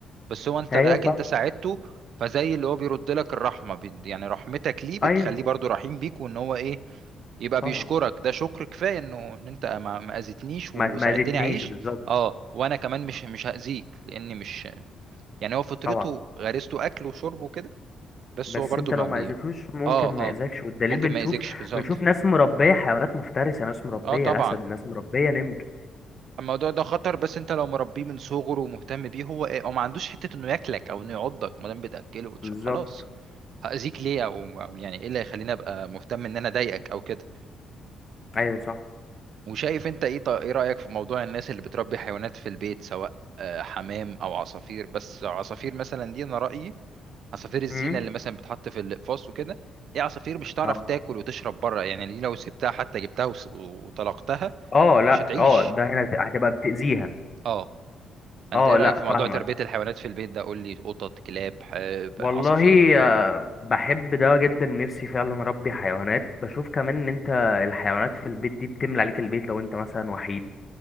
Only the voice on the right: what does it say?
بس هو انت
لقاك
انت ساعدته فزي اللي هو بيرد لك الرحمه بيد- يعني رحمتك ليه بتخليه
برضو رحيم بيك وان هو ايه يبقى
بيشكرك ده شكر كفايه انه ان انت ما ما اذيتنيش
وساعدتني
اعيش
اه وانا كمان مش مش هاذيك لاني مش يعني هو فطرته
غريزته اكل وشرب وكده بس
هو برضو
ما
بي
اه
اه
ممكن
ما يأذيكش بالظبط
اه طبعا
الموضوع ده خطر بس انت لو مربيه من صغره ومهتم بيه هو ايه هو ما عندوش حته انه ياكلك او انه يعضك ما دام بتاكله وتش-
خلاص هأذيك ليه او او يعني ايه اللي هيخليني ابقى مهتم ان انا اضايقك او كده
وشايف انت ايه طا- ايه رأيك في موضوع الناس اللي بتربي حيوانات في البيت سواء آه، حمام او عصافير بس عصافير مثلا دي انا رأيي عصافير الزينة
اللي مثلا بتحط في الاقفاص وكده دي عصافير مش هتعرف
تاكل وتشرب بره يعني دي لو سبتها حتى جبتها وس- وطلقتها
مش هتعيش
اه انت
ايه رأيك
في موضوع
تربية الحيوانات في البيت ده قول لي قطط كلاب ح-
عصافير